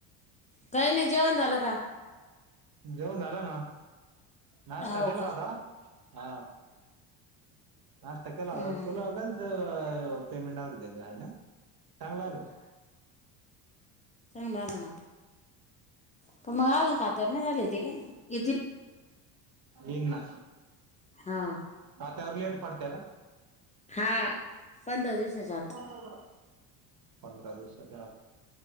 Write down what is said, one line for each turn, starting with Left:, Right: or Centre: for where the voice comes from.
Left: काही नाही जेवण झालं का.
Right: जेऊन झालं ना नाश्ता
Left: हो
Right: केला
Left: का
Right: होता हा. नाशष्टत केलावा
Left: हम्म
Right: तुलागल. पेमेंट आ त्या आहे ना चांगला आलं.
Left: चग म देण प मगावून का. ोन झाले ते येथील.
Right: इना
Left: हा
Right: राातवर ललेट पडते का.
Left: हा पंधरा दिवसाच्यात.
Right: ह पंधरा दिवसाच्या आ